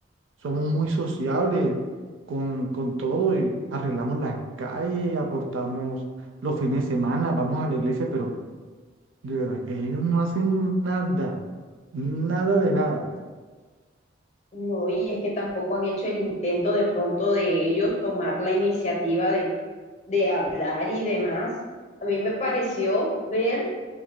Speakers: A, on the right; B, on the left.
A: somos muy sociables con, con todo y arreglamos las calles, aportamos los fines de semana, vamos a la iglesia, pero... De verdad que ellos no hacen nada, nada de nada.
B: No, y es que tampoco han hecho el intento de pronto de ellos tomar la iniciativa de, de hablar y demás. A mí me pareció ver